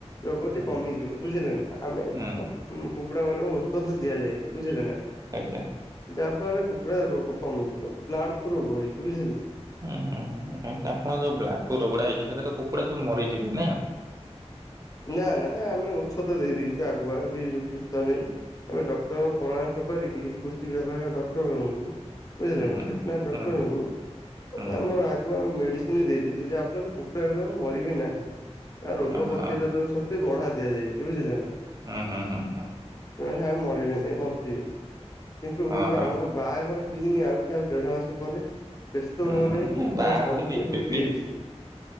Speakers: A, on the left (about 30°); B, on the right (about 30°).
A: ରୋଗଟି
B: ହୁଁ।
A: କମିଯିବ ବୁଝିଲେ ନା ଆମେ
B: ହୁଁ
A: କୁକୁଡା ମାନଙ୍କୁ ଔଷଧ ଦିଆଯାଇଚି ବୁଝିଲେ ନା
B: ଆଜ୍ଞା।
A: ଯାହା ଫଳରେ କୁକୁଡ଼ା ରୋଗ କମିଯିବ ବ୍ଲାଡ ଫ୍ଲୁ ରୋଗ ହେଇଛି ବୁଝିଲେ
B: ହୁଁ ହୁଁ ହୁଁ ଆପଣ ଯଉ ବ୍ଲାଟୁ ରୋଗ ଟା ହେଇଚି ସେଥିରେ କୁକୁଡା ସବୁ ମରିଯିବେ ନା।
A: ନା ନା ଆମେ ଔଛଧ ଦେଇ ଦେଇଛୁ ଆଗୁଆ ବି ବେସ୍ତ ନାଇଁ। ଆମେ ଡକ୍ଟରଙ୍କୁ ପରାମର୍ଶ କରିକି କୃଷି ବିଭାଗ ଡକ୍ଟର ଙ୍କୁ ବୁଝିଲେ
B: ହୁଁ
A: ନା
B: ହୁଁ।
A: ଭେଟନାରୀ ଡକ୍ଟରଙ୍କୁ
B: ହୁଁ ହୁଁ
A: ଆମର ଆଗୁଆ ମେଡିସି ଚି ଦେଇଛି ଯାହାଫଳରେ କୁକୁଡ଼ା ଗୁରାକ ମରିବେ ନାହିଁ ତା ରୋଗ
B: ଓହୋ
A: ପ୍ରତି ସତ ଶକ୍ତି ବଢା ଦିଆଯାଇଛି ବୁଝିଲେ ନା।
B: ହୁଁ ହୁଁ ହୁଁ ହୁଁ।
A: ସେମାନେ ଆଉ ମରିବେ ନାହିଁ ବଞ୍ଚିବେ କିନ୍ତୁ
B: ଓହୋ।
A: ଆମର ବାହାଘର ସିଜିିନ ଆଉଚି ଆଉ ଦେଢ ମାସ ପରେ ବ୍ୟସ୍ତ
B: ହୁଁ
A: ହୁଅ
B: ହୁଁ।
A: ନାହିଁ
B: ନାଇଁ
A: କୁକୁଡ଼ା
B: ବାହାଘର
A: ସମ୍ଭୁ
B: ବି ଏବେ
A: ବିକ୍ରି
B: ବି
A: ହେଇଯିବେ